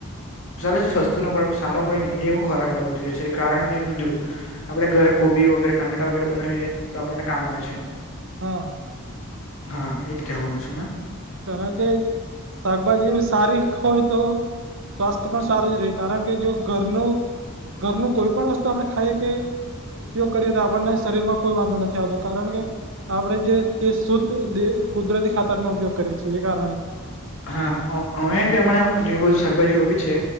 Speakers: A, on the left; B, on the right.
A: ચાલે સસ્તું ન પડે પણ સારો હોય ને એવું ખોરાક લેવો જોઈએ છે કારણ કે એ જો આપડે ઘરે કોબી વગેરે ટામેટા વગેરે બનાવીએ તો આપણને કામ આવે છે.
B: હા
A: હા એ જ કેવા માંગુ છું મેં.
B: કારણ કે શાકભાજી સારી હોય તો સ્વાસ્થ્ય પણ સારું જ રહે કારણ કે જો ઘરનું ઘરનું કોઈ પણ વસ્તુ આપડે ખાઈએ કે ઉપયોગ કરીએ તો આપણને શરીર માં કોઈ વાંધો નથી આવતો કારણ કે આપણે જે તે શુદ્ધ દે કુદરતી ખાતરનો ઉપયોગ કરીએ છે એ કારણે
A: હા અમે બી હમણાં જે બધું શાકભાજી રોબી છે